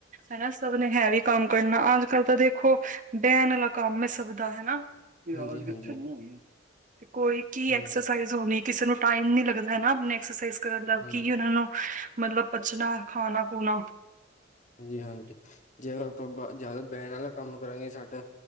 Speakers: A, on the right; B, on the left.
A: ਹਨਾ ਸਭ ਨੇ ਹੈਵੀ ਕੰਮ ਕਰਨਾ, ਅੱਜ ਕੱਲ੍ਹ ਤਾਂ ਦੇਖੋ ਬਹਿਣ ਵਾਲਾ ਕੰਮ ਐ ਸਭ ਦਾ ਹਨਾ। <unintelligible>
B: ਹਾਂਜੀ, ਹਾਂਜੀ,
A: ਕਿੱਥੇ ਨੂੰ ਹੋ ਗਈ। ਤੇ ਕੋਈ ਕੀ
B: ਹੂੰ,
A: ਐਕਸਰਸਾਈਜ਼ ਹੋਣੀ, ਕਿਸੇ ਨੂੰ ਟਾਈਮ ਨੀ ਲੱਗਦਾ ਹਨਾ ਆਪ ਐਕਸਰਸਾਈਜ਼ ਮਤਲਬ
B: ਹਾਂਜੀ,
A: ਕੀ ਉਹਨਾਂ ਨੂੰ ਮਤਲਬ ਪੱਚਣਾ ਖਾਣਾ-ਖੂਣਾ।
B: ਹਾਂਜੀ-ਹਾਂਜੀ, ਜੇ ਆਪਾਂ ਜ਼ਿਆਦਾ ਬਹਿਣ ਵਾਲਾ ਕੰਮ ਕਰਾਂਗੇ ਸਾਡਾ